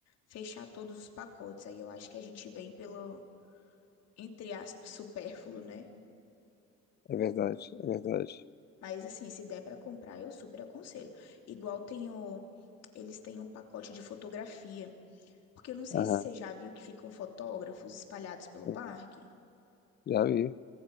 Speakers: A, on the left; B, on the left.
A: fechar todos os pacotes. Aí eu acho que a gente vem pelo entre aspas, supérfluo, né?
B: É verdade, é verdade.
A: Mas assim, se der pra comprar, eu super aconselho. Igual tem o, eles têm um pacote de fotografia. Porque eu não sei
B: Aham,
A: se você já viu que ficam fotógrafos espalhados pelo
B: hum,
A: parque.
B: já vi.